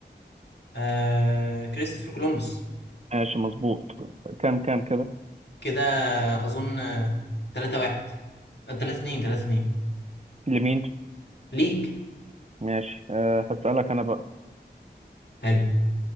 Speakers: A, on the left; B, on the right.
A: آه كريستوفر كولومبوس
B: ماشي مظبوط كام كام كده
A: كده اظن آه، تلاتة واحد آه، تلاتة اتنين تلاتة اتنين
B: لمين؟
A: ليك
B: ماشي أه هسألك أنا بقى
A: حلو